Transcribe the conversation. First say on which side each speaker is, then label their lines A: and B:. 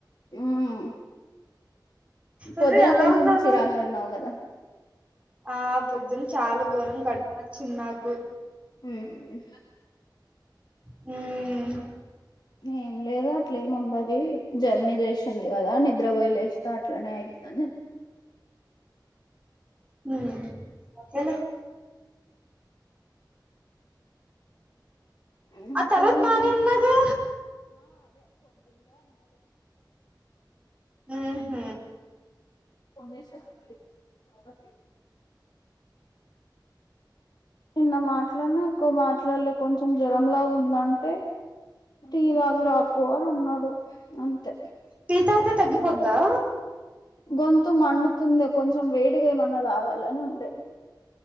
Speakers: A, on the left (about 60°); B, on the right (about 15°).
A: మ్ పొద్దున
B: అదే ఎలా
A: కొంచెం
B: ఉన్నాను
A: చిరాగున్నవ్ గదా
B: ఆ పొద్దున్న చాలా ఘోరం గడుపు న చ్చినాగు
A: ఉ
B: మ్
A: ఏం లేదు అట్లేమి ఉండవి జర్నీ చేసింది కదా నిద్రపోయి లే ఇస్త అట్లనే అయితదని
B: మ్ అంతేలే
A: ఇంకా
B: ఆ తర్వాత
A: ఎం
B: బానే ఉన్నాగా మ్ హు
A: కొనేశారా మరి పాపకి చిన్న మాటలనే ఎక్కువ మాట్లాడలే కొంచెం జ్వరంలా గుందంటే టీ తాగి రాపో అని అన్నాడు అంతే
B: టీ తాగితే తగ్గిపోద్దా
A: గొంతు మండుతుంది కొంచెం వేడిగా ఏమన్నా తాగాలని ఉండే